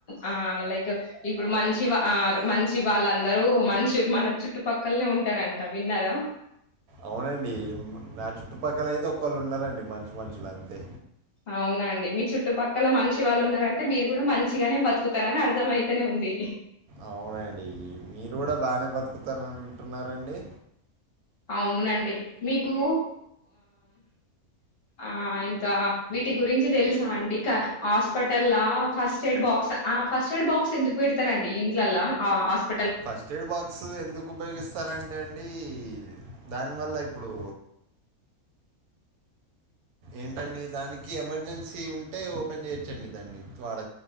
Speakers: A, on the left; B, on the right.
A: ఆ లైక్ ఇప్పుడు మంచి మంచి వాళ్ళందరూ మంచి మన చుట్టుపక్కలనే ఉంటారంట విన్నారా
B: అవునండి నా చుట్టుపక్కల అయితే ఒకళ్ళు ఉన్నారండి మంచి మనుషులు అంతే
A: అవునండి మీ చుట్టుపక్కల మంచి వాళ్ళు ఉన్నారంటే మీరు కూడా మంచిగానే బతుకుతారని అర్థంమయితేనే ఉంది
B: అవునండి మీరు కూడా బానే బతుకుతా అంటన్నాట్టు ఉన్నారండి
A: అవునండి మీకు ఆ ఇంకా వీటి గురించి తెలుసా అండి ఇక హాస్పిటల్లొ ఫస్ట్ ఎయిడ్ బాక్స్ ఆ ఫస్ట్ ఎయిడ్ బాక్స్ ఎందుకు పెడతారండి ఇంట్లలా ఆ హాస్పి
B: ఫస్ట్ ఎయిడ్ బాక్స్ ఎందుకు ఉపయోగిస్తారంటే అండి దానివల్ల ఇప్పుడు ఏంటండి దానికి ఎమర్జెన్సీ ఉంటే ఓపెన్ చేయొచ్చండి దాన్ని వాడ